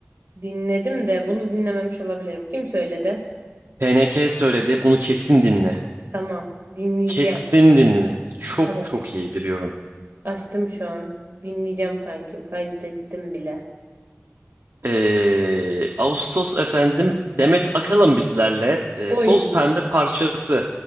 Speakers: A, on the right; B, on the right.
A: Dinledim de bunu dinlememiş olabilirim. Kim söyledi?
B: P N K söyledi bunu kesin dinle.
A: Tamam. Dinleyeceğim.
B: Kesin dinle. Çok
A: Tamam.
B: çok iyi biliyorum.
A: Açtım şu an. Dinleyeceğim kankim. Kaydettim bile.
B: Ee, Ağustos efendim Demet Akalın bizlerle e,
A: Oy.
B: Toz Pembe parçası.